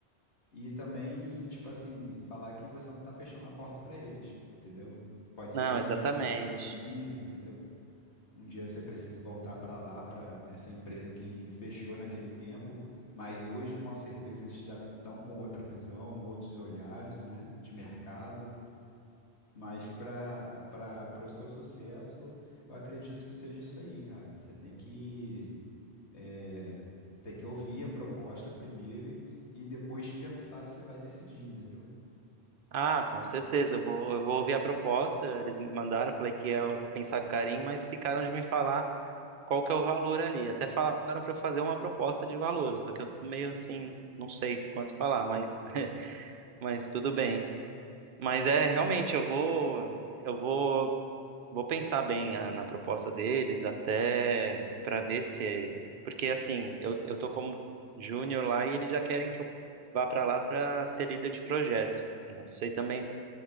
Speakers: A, on the left; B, on the right.
A: E também, tipo assim, falar que você não tá fechando a porta pra eles, entendeu? Pode ser
B: não,
A: que
B: exatamente.
A: um dia você precise, entendeu? Um dia você precise voltar pra lá, pra essa empresa que fechou naquele tempo, mas hoje com certeza eles já estão com outra visão, outros olhares, né, de mercado. Mas para para para o seu sucesso, eu acredito que seja isso aí, cara. Você tem que é, tem que ouvir a proposta primeiro e, e depois pensar se vai decidir, entendeu?
B: Ah, com certeza. Eu vou, eu vou ouvir a proposta. Eles me mandaram, eu falei que ia pensar com carinho, mas ficaram de me falar qual que é o valor ali. Até falaram pra eu fazer uma proposta de valor, só que eu tô meio assim, não sei quanto falar, mas, <laughs> mas tudo bem. Mas
A: É,
B: é realmente, eu vou. Eu vou Vou pensar bem a- na proposta deles até para ver se é... Porque assim, eu, eu tô como júnior lá e eles já querem que eu vá para lá para ser líder de projeto. Não sei também